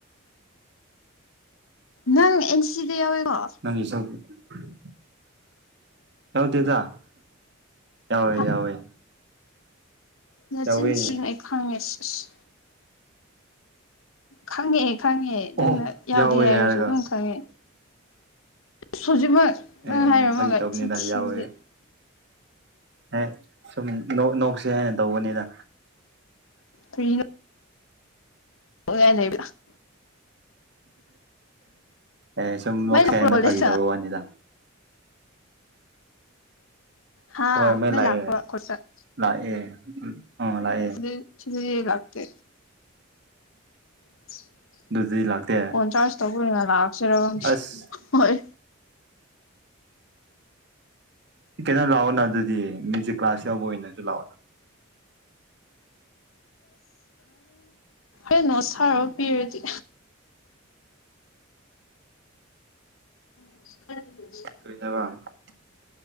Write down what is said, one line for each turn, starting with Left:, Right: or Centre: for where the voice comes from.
Left: ꯅꯪ ꯑꯦꯟ ꯁꯤꯗ ꯌꯥꯎꯋꯦꯀꯣ
Right: <unintelligible> ꯌꯥꯎꯗꯦꯗ ꯌꯥꯎꯋꯦ
Left: ꯍꯥ
Right: ꯌꯥꯎꯋꯦ
Left: ꯅꯆꯤꯟ
Right: ꯌꯥꯎꯋꯦ
Left: ꯊꯤꯅꯨ ꯑꯩ ꯈꯪꯉꯦ ꯏꯁ ꯏꯁ ꯈꯪꯉꯦ ꯈꯪꯉꯦ
Right: ꯑꯣꯍꯣ
Left: ꯅꯪꯅ ꯌꯥꯎꯗꯦ
Right: ꯌꯥꯎꯋꯦ
Left: ꯍꯥꯏꯔꯁꯨ
Right: ꯍꯥꯏꯔꯒ
Left: ꯑꯗꯨꯝ ꯈꯪꯉꯦ ꯍꯧꯖꯤꯛꯃꯛ
Right: ꯑꯦ
Left: ꯅꯪ
Right: ꯑꯩꯅ
Left: ꯍꯥꯏꯔꯝꯃꯒ
Right: ꯐꯥꯒꯤ ꯇꯧꯕꯅꯤꯗ
Left: ꯆꯤꯟ ꯊꯤꯕꯗꯤ
Right: ꯌꯥꯎꯋꯦ ꯑꯦ ꯁꯨꯝ ꯅꯣꯛꯁꯤ ꯍꯥꯏꯅ ꯇꯧꯕꯅꯤꯗ
Left: ꯐ꯭ꯔꯤ <unintelligible>
Right: ꯑꯦ ꯁꯨꯝ ꯅꯣꯛꯁꯤ
Left: ꯃꯩ ꯂꯥꯛꯄ꯭ꯔꯣ
Right: ꯍꯥꯏꯅ
Left: ꯀꯣꯂꯦꯖꯇ
Right: ꯐꯥꯒꯤ ꯇꯧꯕꯩ ꯋꯥꯅꯤꯗ
Left: ꯍꯥ
Right: ꯍꯣꯏ ꯃꯩ ꯂꯥꯛꯑꯦ
Left: ꯂꯥꯛꯄ꯭ꯔꯣ ꯀꯣꯂꯦꯖꯇ
Right: ꯂꯥꯛꯑꯦ ꯎꯝ ꯂꯥꯛꯑꯦ
Left: ꯁꯤꯗ ꯁꯤꯗꯗꯤ ꯂꯥꯛꯇꯦ <unintelligible>
Right: ꯑꯗꯨꯗꯤ ꯂꯥꯛꯇꯦ
Left: ꯆꯥꯔꯁ ꯇꯧꯕ ꯑꯣꯏꯅ ꯂꯥꯛꯁꯦꯔ ꯈꯪꯗꯦ
Right: ꯑꯁ
Left: ꯍꯣꯏ
Right: ꯀꯩꯅꯣ ꯂꯥꯛꯑꯣꯅ ꯑꯗꯨꯗꯤ ꯃ꯭ꯌꯨꯖꯤꯛ ꯀ꯭ꯂꯥꯁ ꯌꯥꯎꯕ ꯑꯣꯏꯅꯁꯨ ꯂꯥꯛꯑꯣ
Left: ꯑꯁ <unintelligible> ꯁꯥꯔꯒ ꯄꯤꯔꯗꯤ <unintelligible>
Right: <unintelligible>